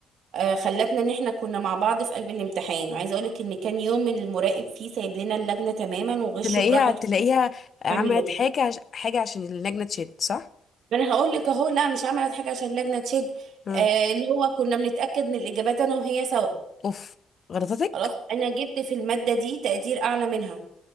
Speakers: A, on the right; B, on the left.
A: آه خلتنا إن إحنا كنا مع بعض في قلب الامتحان وعايزة أقولك إن كان يوم المراقب فيه سايب لنا اللجنة تماما وغشوا
B: تلاقيها
A: براحته
B: تلاقيها عملت
A: اعملوا
B: حاجه عش... حاجه عشان اللجنه تشد صح
A: ما أنا هقول لك أهو لا مش عملت حاجة عشان اللجنة تشد
B: امم
A: آه اللي هو كنا بنتأكد من الإجابات أنا وهي سوا
B: اوف غلطتك
A: خلاص أنا جبت في المادة دي تقدير أعلى منها